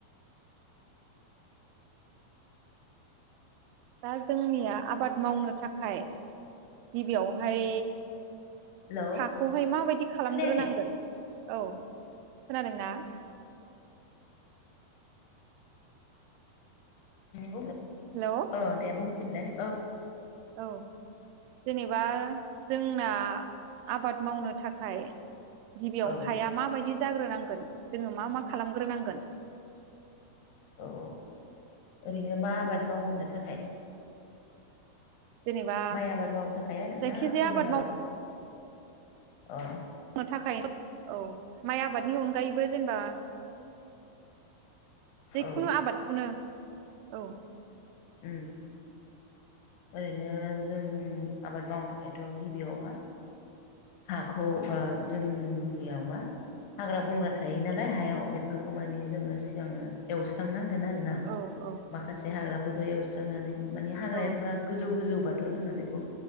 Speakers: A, on the right; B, on the left.
A: दा जोंनिया आबाद मावनो थाखाय गिबियावहाय
B: हेल'
A: हाखौहाय माबायदि खालामग्रोनांगोन
B: खोनायाखै?
A: औ खोनादों ना
B: उ
A: हेल'
B: अ दे बुं फिनलाय
A: औ जेनेबा जोंना आबाद मावनो थाखाय गिबियाव
B: औ
A: हाया माबायदि जाग्रोनांगोन जोङो मा मा खालामग्रोनांगोन
B: औ ओरैनो मा आबाद
A: उम
B: मावनो थाखाय
A: जेनेबा
B: माइ आबाद मावनो थाखाय आरोना
A: जायखिजाया
B: गुबुन
A: मावनो
B: आबाद। अ
A: <unintelligible> थाखाय औ माइ आबादनि अनगायैबो जेनेबा जिखुनु
B: औ
A: आबादखौनो औ।
B: उम ओरैनो जों आबाद मावनो थाखायथ' गिबियाव मा हाखौ बा जोंनियाव मा हाग्रा बंग्रा थायो नालाय हायाव बेफोरखौ मानि जोङो सिगाङो एवस्रांनां। गोन आरोना
A: औ औ
B: माखासे हाग्रा फोरखौ एवस्रांनानै। माने हाग्राफ्रा
A: औ
B: गोजौ गोजौ। बाथ' जोङो बेखौ